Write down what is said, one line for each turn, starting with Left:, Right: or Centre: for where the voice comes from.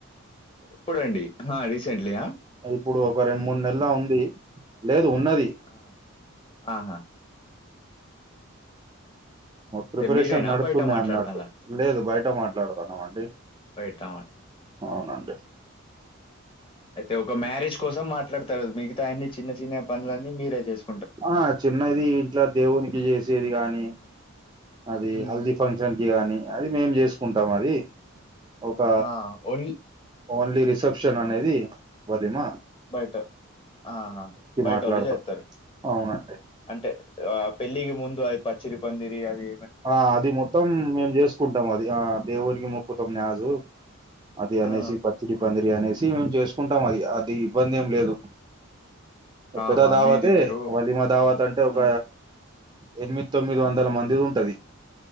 Left: ఎప్పుడండి హా రీసెంట్లీయా
Right: ఇప్పుడు ఒక రెండు మూడు నెలా ఉంది లేదు ఉన్నది
Left: ఆ! ఆహా అంటే
Right: ప్రిపరేషన్
Left: మీరేనా
Right: నడుతున్నాయ్
Left: బయట మాట్లాడతాన్లా?
Right: అన్నట్టు లేదు బయట మాట్లాడుతున్నామన్డి
Left: బయటాయ్
Right: అవునండి
Left: అయితే ఒక మ్యారేజ్ కోసం మాట్లాడతారు మిగతా యన్ని చిన్న చిన్న పనులన్నీ మీరే చేస్
Right: ఆ చిన్నది ఇంట్లా దేవునికి చేసేది కాని అది
Left: హ్మ్.
Right: హల్ది ఫంక్షన్ కి గానీ అది మేము చేసుకుంటాం అది ఒక
Left: ఆ! ఓన్లీ
Right: ఓన్లీ రిసెప్షన్ అనేది వదిమా
Left: బయట ఆహా బయటోళ్లు
Right: మాట్లాడతాం
Left: చేత్తరు
Right: అవునండి
Left: అంటే ఆ పెళ్ళికి ముందు అది పచ్చిరి పందిరి అది
Right: ఆ అది మొత్తం మేము చేసుకుంటాం అది ఆ దేవునికి మొక్కుతమ్ నాజు అది అనేసి
Left: ఆ
Right: పచ్చిడి పందిరి అనేసి మేము చేసుకుంటాం అది అది ఇబ్బంది ఏం లేదు
Left: ఆహా
Right: పెద్ద దావతే
Left: మీది మీరు
Right: వలిమా దావాత్ అంటే ఒక
Left: ఆ
Right: ఎనిమిద్ తొమ్మిద్ వందల మందిది ఉంటది